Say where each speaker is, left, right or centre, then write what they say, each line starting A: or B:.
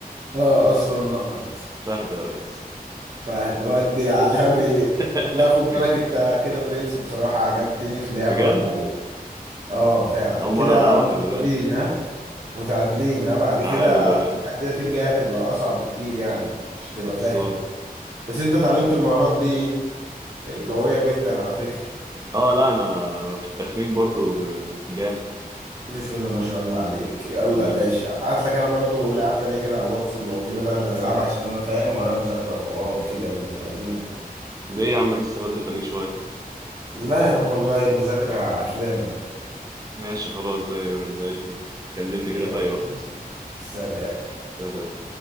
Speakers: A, on the right; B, on the right.
A: اه أصفر من نقط
B: فهد يا ريس
A: فهتودي يا عالمي
B: <laughs>
A: لا خد بالك انت كده برنس بصراحة عجبتني في لعبك
B: بجد
A: و... اه فعلا
B: اول
A: كده
B: مره العبها
A: متعادلين
B: خلي بالك
A: ها متعادلين ها بعد
B: تعادل
A: كده
B: يا ريس
A: التحديات الجاية هتبقى أصعب بكتير يعني مش تبقى
B: خلصان
A: فاهم بس انت اتعلمت المهارات بس دي قوية جدا على فكرة
B: اه لا انا في التخمين برضو آه، جامد
A: بسم الله ما شاء الله عليك يلا
B: حبيبي
A: يا باشا ابعت لك انا برضو لعب تانية كده على الواتس لو كده بقى نبقى نلعبها عشان انا فاهم ورايا مذاكرة وحوارات كده بنت لذينة
B: ده ايه يا عم لسه بدري خليك شويه
A: لا يا عم والله المذاكرة قتلانة
B: ماشي خلاص زي زي الفل كلمني
A: ايه
B: كده
A: يا
B: في
A: رب
B: اي وقت
A: سلام
B: سلام